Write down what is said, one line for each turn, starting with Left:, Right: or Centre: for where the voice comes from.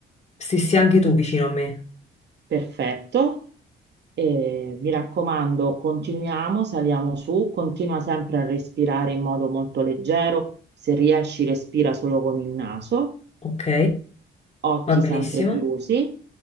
Left: stessi anche tu vicino a me.
Right: perfetto. E mi raccomando, continuiamo, saliamo su, continua sempre a respirare in modo molto leggero. Se riesci, respira solo con il naso,
Left: Ok,
Right: occhi
Left: va benissimo.
Right: sempre chiusi,